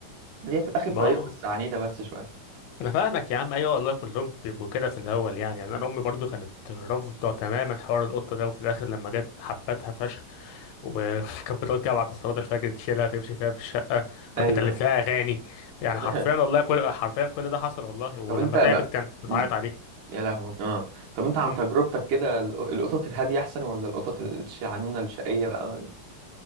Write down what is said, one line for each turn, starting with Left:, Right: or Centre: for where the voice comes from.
Right: هي في الاخر
Left: ما
Right: طريقه
Left: آه.
Right: بس عنيده بس شويه
Left: انا فاهمك يا عم ايوه والله كلهم بيبقوا كده في الاول يعني يعني
Right: مم.
Left: انا امي برضو كانت رافضه تماما حوار القطه ده وفي الاخر لما جت حبتها فشخ وكانت <laughs> بتقعد كده بعد صلاه الفجر تشيلها تمشي فيها في الشقه كانت
Right: ايوه
Left: بتألف لها اغاني يعني
Right: <laughs>
Left: حرفيا والله كل حرفيا كل ده حصل والله ولما
Right: طب انت بقى
Left: تعبت كانت بتعيط
Right: مم.
Left: عليه
Right: يا لهوي اه طب انت عن
Left: مم.
Right: تجربتك كده الق- القطط الهاديه احسن ولا القطط الشعنونه الشقيه بقى